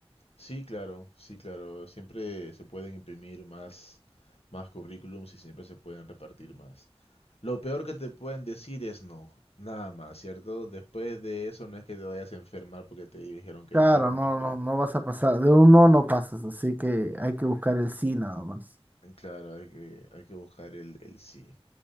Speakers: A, on the left; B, on the right.
A: Sí, claro, sí, claro. Siempre se pueden imprimir más, más currículums y siempre se pueden repartir más. Lo peor que te pueden decir es no, nada más, ¿cierto? Después de eso no es que te vayas a enfermar porque te dijeron que
B: Claro,
A: no,
B: no,
A: no es que...
B: no, no vas a pasar. De un no no pasas, así que hay que buscar el sí nada más.
A: Claro, hay que, hay que buscar el, el sí.